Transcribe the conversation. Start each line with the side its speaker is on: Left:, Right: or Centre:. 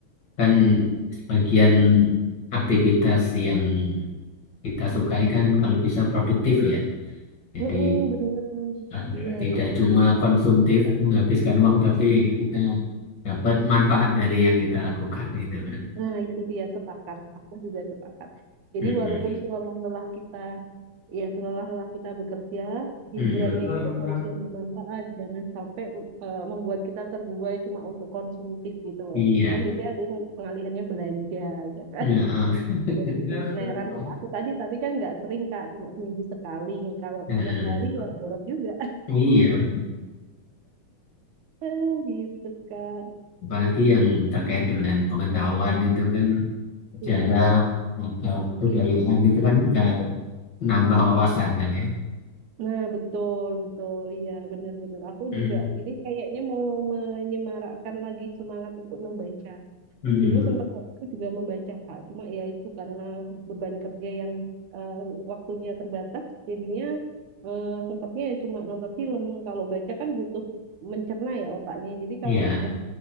Left: Kan
Right: Iya.
Left: sebagian aktivitas yang kita sukai
Right: Mm-mm.
Left: kan kalau bisa produktif ya. Jadi
Right: Mm-mm, benar.
Left: eh,
Right: Iya,
Left: tidak
Right: betul.
Left: cuma konsumtif menghabiskan uang, tapi kita dapat manfaat dari yang kita lakukan gitu kan.
Right: Nah, itu dia sepakat. Aku juga sepakat. Jadi
Left: Mm-mm.
Right: walaupun selelah-lelah kita, ya selelah-lelah kita bekerja, hiburannya
Left: Mm-mm.
Right: itu harus yang bermanfaat. Jangan sampai eh, membuat kita terbuai cuma untuk konsumtif gitu loh.
Left: Iya,
Right: Kan biasanya ada yang pengalihannya belanja, ya kan?
Left: ya, eh, <laughs>
Right: <laughs> Kulineran kayak aku tadi, tapi kan nggak sering, Kak. Cuma seminggu sekali. Kalau
Left: eh, eh.
Right: setiap hari ya boros juga.
Left: iya.
Right: <laughs> Gitu, Kak.
Left: Apalagi yang terkait dengan pengetahuan itu kan sejarah
Right: Mm-mm.
Left: atau kebudayaan
Right: Iya.
Left: itu kan bisa nambah wawasan kan ya.
Right: Nah, betul, betul. Iya, benar-benar. Aku
Left: Mm.
Right: juga ini kayaknya mau menyemarakkan lagi semangat untuk membaca.
Left: Mm-mm.
Right: Dulu sempat aku juga membaca, Kak. Cuma ya itu karena beban kerja yang eh, waktunya terbatas, jadinya eh, sempatnya ya cuma nonton film. Kalau baca kan butuh mencerna ya otaknya. Jadi kalau
Left: Iya.
Right: udah